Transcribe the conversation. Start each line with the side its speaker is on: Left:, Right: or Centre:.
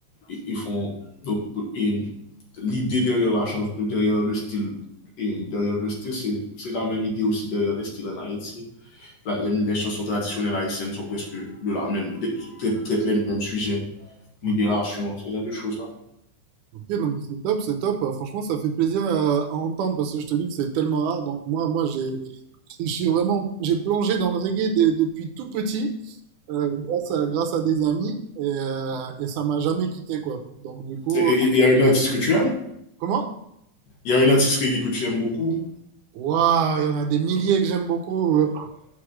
Left: et- ils font. Donc, et l'idée derrière la chanson derrière le style. Et derrière le style, c'est c'est la même idée aussi derrière les styles en Haïti. La- les, les chansons traditionnelles haïtiennes sont presque de la même, traitent traitent les mêmes sujets
Right: Ok,
Left: Libération, ce genre de choses-là.
Right: ok, non, mais c'est top, c'est top. Euh, Franchement, ça fait plaisir à, à entendre parce que je te dis que c'est tellement rare. Donc moi, moi, j'ai, je suis vraiment, j'ai plongé dans le reggae dès- depuis tout petit, euh, grâce à, grâce à des amis et, euh, et ça m'a jamais quitté quoi. Donc du coup,
Left: Il y a un artiste que tu aimes
Right: comment?
Left: Il y a un artiste reggae que tu aimes beaucoup
Right: Waouh, il y en a des milliers que j'aime beaucoup.